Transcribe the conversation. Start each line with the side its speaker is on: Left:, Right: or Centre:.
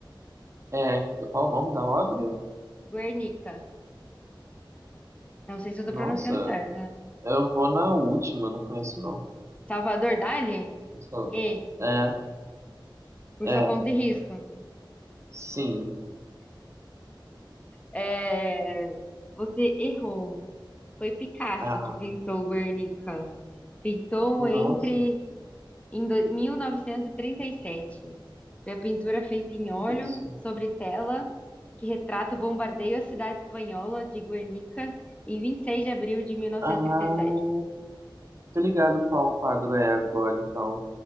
Right: É, qual o nome da obra?
Left: Guernica. Não sei se eu
Right: Nossa,
Left: tô pronunciando certo. né?
Right: eu vou na última, não conheço não.
Left: Salvador Dali?
Right: Só-
Left: E,
Right: É,
Left: por
Right: é,
Left: sua conta e risco.
Right: sim.
Left: É, você errou. Foi Picasso
Right: Ah,
Left: que pintou Guernica. Pintou
Right: nossa,
Left: entre em do- 1937. Foi a pintura feita em óleo
Right: que isso?
Left: sobre tela que retrata o bombardeio à cidade espanhola de Guernica em 26 de abril de 1937,
Right: Ah, tô ligado qual quadro é agora, então.